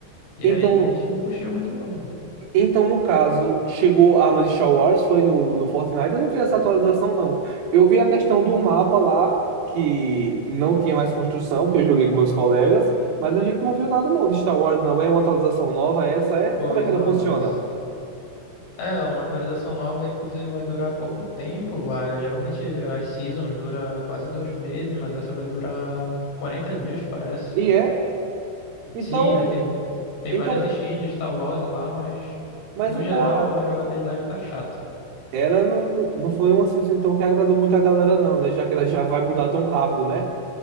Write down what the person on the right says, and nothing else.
então
Então, no caso, chegou a arma de Star Wars, foi no, no Fortnite. Eu não vi essa atualização, não. Eu vi a questão do mapa lá, que não tinha mais construção, que eu joguei com meus colegas, mas a gente não viu nada, não, de Star Wars, não. É uma atualização nova, é essa é?
Como é que
ela
funciona?
E é? Então,
então,
mas
então
a,
ela não, não foi uma season então que agradou muito a galera, não, né? Já que ela já vai mudar tão rápido, né?